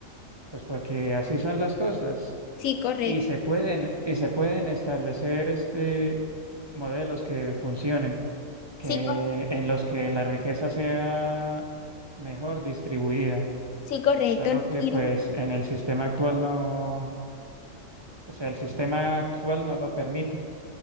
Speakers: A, on the right; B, on the left.
A: pues porque así son las cosas
B: sí, correcto.
A: y se pueden, y se pueden establecer este modelos que funcionen, que
B: Sí, cor-
A: en los que la riqueza sea mejor distribuida.
B: sí, correcto.
A: Solo
B: no,
A: que
B: mira.
A: pues en el sistema actual no, o sea, el sistema actual no lo permite.